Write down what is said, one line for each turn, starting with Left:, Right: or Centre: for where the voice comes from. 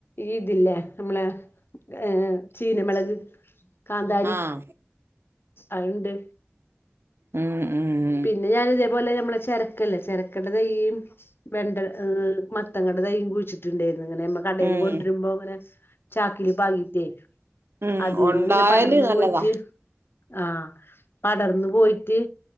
Left: ഇതില്ലേ നമ്മളെ ഏഹ് ചീനമിളക് കാന്താരി.
Right: ആഹ്
Left: അഴ്ണ്ട്.
Right: ഉം ഉം.
Left: പിന്നെ ഞാന് ഇതേപോലെ ഞമ്മളെ ചെരക്കല്ലേ ചെരക്കടെ തെയ്യും. വെണ്ട ഹ് മത്തങ്ങടെ തൈയും കുഴിച്ചിട്ടുണ്ടാരുന്നു ഇങ്ങനെമ്മ. കടേന്ന്
Right: ഉം
Left: കൊണ്ട്രുമ്പോങ്ങനെ ചാക്കില് പാകീട്ടേയ്.
Right: ഉം
Left: അതീന്ന്ങ്ങനെ
Right: ഉണ്ടായാല്
Left: പടർന്നു
Right: നല്ലതാ
Left: പോയിട്ട് ആഹ് പടർന്നു പോയിട്ട്.